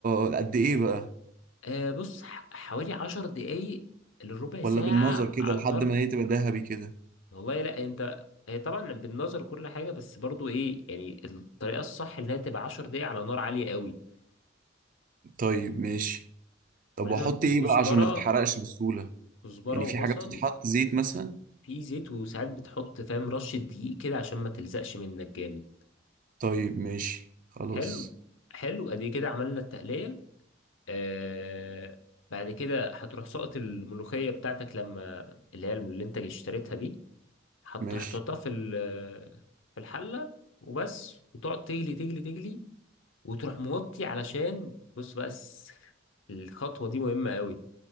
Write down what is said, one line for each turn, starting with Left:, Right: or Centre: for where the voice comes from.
Right: آه، قد إيه بقى
Left: آه بص ح- حوالي عشر دقايق لربع ساعة
Right: ولا بالنظر كده
Left: على
Right: لحد
Left: النار
Right: ما هي تبقى ذهبي كده
Left: والله لا انت هي طبعا بالنظر كل حاجة بس برضو ايه يعني الطريقة الصح انها تبقى عشر دقايق على نار عالية قوي
Right: طيب ماشي طب
Left: ولازم
Right: وأحط إيه
Left: كزبرة
Right: بقى عشان ما تتحرقش بسهولة
Left: كزبرة
Right: يعني
Left: وبصل
Right: في حاجة بتتحط زيت مثلا
Left: في زيت وساعات بتحط فاهم رشة دقيق كده عشان ما تلزقش منك جامد
Right: طيب ماشي خلاص
Left: حلو حلو ادي كده عملنا التقلية آه بعد كده هتروح سقط الملوخية بتاعتك لما اللي هي اللي انت اشتريتها دي حط
Right: ماشي
Left: هتحطها في ال- في الحلة وبس وتقعد تجلي تجلي تجلي وتروح موطي علشان بص بس <laughs> الخطوة دي مهمة قوي